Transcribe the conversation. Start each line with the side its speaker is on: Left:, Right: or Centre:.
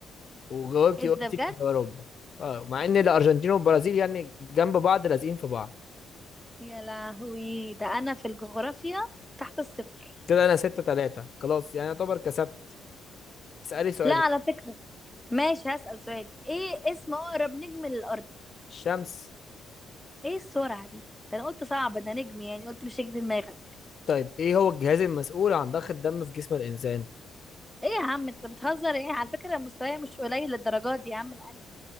Left: وجاوبتي
Centre: ايه
Left: قلتي
Centre: ده بجد
Left: في اوروبا اه مع ان الارجنتين والبرازيل يعني جنب بعض لازقين في بعض
Centre: يا لهوي ده انا في الجغرافيا تحت الصفر
Left: كده انا ستة تلاتة خلاص يعني يعتبر كسبت اسالي سؤالك
Centre: لا على فكرة ماشي هسأل سؤالي ايه اسم اقرب نجم للارض
Left: الشمس
Centre: ايه السرعة دي ده انا قلت صعب ده نجم يعني قلت مش هيجي في دماغك
Left: طيب ايه هو الجهاز المسؤول عن ضخ الدم في جسم الانسان
Centre: ايه يا عم انت بتهزر ايه على فكرة مستواي مش قليل للدرجات دي يا عم القلب